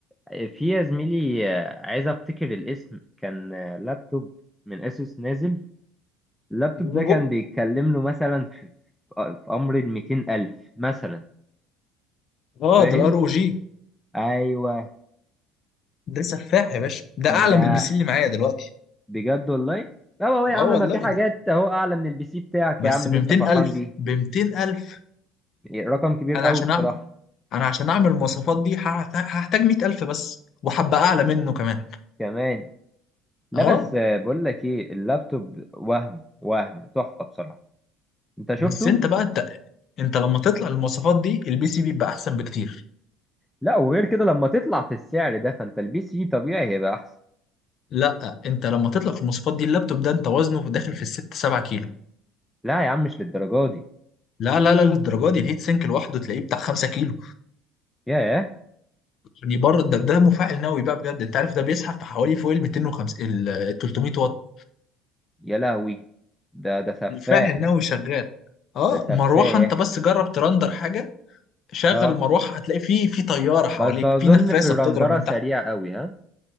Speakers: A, in the centre; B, on the left.
A: آه، في يا زميلي آه، عايز افتكر الاسم كان آه، لابتوب من اسوس نازل اللابتوب
B: الفيفو
A: ده كان بيتكلم له مثلا في في في امر ال 200000 مثلا
B: اه
A: فاهم
B: ده الار او جي
A: ايوه
B: ده سفاح يا باشا ده اعلى
A: ده
B: من البي سي اللي معايا دلوقتي
A: بجد والله لا هو يا
B: اه
A: عم
B: والله
A: ما في حاجات
B: ده
A: اهو اعلى من البي سي بتاعك
B: بس
A: يا عم اللي
B: ب 200000
A: انت فرحان بيه
B: ب 200000
A: رقم كبير
B: انا
A: قوي
B: عشان
A: بصراحة
B: اعمل انا عشان اعمل المواصفات دي هح- هحتاج 100000 بس وحبة اعلى منه كمان
A: كمان لا
B: اه
A: بس آه، بقول لك ايه اللابتوب وهم وهم تحفة بصراحة انت شفته
B: بس انت بقى انت انت لما تطلع المواصفات دي البي سي بيبقى احسن بكتير
A: لا وغير كده لما تطلع في السعر ده فانت البي سي طبيعي هيبقى احسن
B: لا انت لما تطلع في المواصفات دي اللابتوب ده انت وزنه داخل في الست سبعة كيلو
A: لا يا عم مش للدرجة دي
B: لا لا لا للدرجه دي الهيت سينك لوحده تلاقيه بتاع 5 كيلو
A: ياه
B: يعني بره ده ده مفاعل نووي بقى بجد انت عارف ده بيسحب في حوالي فوق ال 250 ال 300 واط
A: يا لهوي ده ده سفاح
B: مفاعل نووي شغال اه
A: ده سفاح
B: مروحه انت بس جرب ترندر حاجه شغل
A: ها
B: المروحه هتلاقي في في طياره حواليك
A: بس اظن
B: في نفاسه
A: في الرندرة
B: بتضرب من
A: سريع
B: تحت
A: قوي ها